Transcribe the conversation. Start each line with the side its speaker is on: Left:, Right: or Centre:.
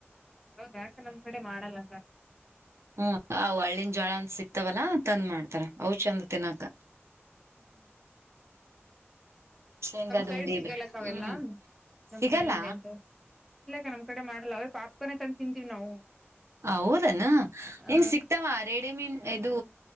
Centre: ಹೌದಾಕ ನಮ್ ಕಡೆ ಮಾಡಲ್ಲಲ್ಲ
Right: ಹ್ಮ ಹಳ್ಳಿನ ಜೋಳ ಅಂತ ಸಿಕ್ತವಲ್ಲಾ ತಂದ್ ಮಾಡ್ತಾರ ಅವ್ ಚಂದ ತಿನ್ನಾಕ.
Centre: ಹ್ಮ್ ಹ್ಮ್
Right: ಶೇಂಗಾದುಂಡಿ
Centre: ನಮ ಸೈಡ್ ಸಿಗಲಕ್ಕ
Right: ಬೆ
Centre: ಅವೆಲ್ಲ
Right: ಹ್ಮ್
Centre: ನಮ್
Right: ಸಿಗಲ್ಲ
Centre: ಕಡೆ ಹಿಂಗ ಎಂತ ಇಲ್ಲಕ್ಕ ನಮ್ ಕಡೆ ಮಾಡಲ್ಲ ಅವೇ ಪಾಪ್ಕನೆೇ ತಂದ ತಿಂತೀವಿ ನಾವು
Right: ಹ ಹೌದನ
Centre: ಹ
Right: ಹಂಗ ಸಿಕ್ತಾವ ಆ ರಡೆ ಮೀನ್ ಇದು